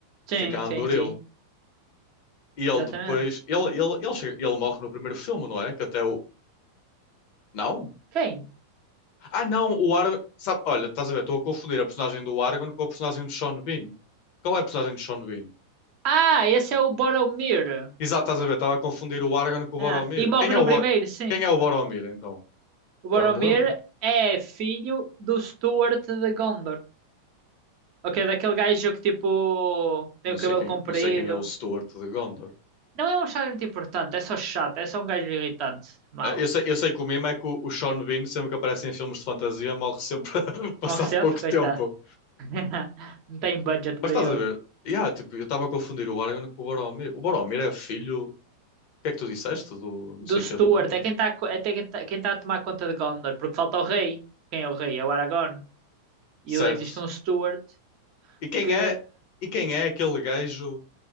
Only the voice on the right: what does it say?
sim,
sim,
sim.
Exatamente.
Quem?
Ah, esse é o Boromir.
É, E morre
no
primeiro, sim.
O Boromir
é filho do Stuart de Gondor. Ok, daquele gajo que tipo tem
o
cabelo
comprido.
Não é um chá muito importante, é só chato, é só um gajo irritante, mau.
Morre sempre,
coitado.
<laughs> Não tem budget
para
ele.
Do
Stuart,
é quem está é quem tá, quem tá a tomar conta de Gondor, porque falta o rei. Quem é o rei? É o Aragorn. E
existe um Stuart
que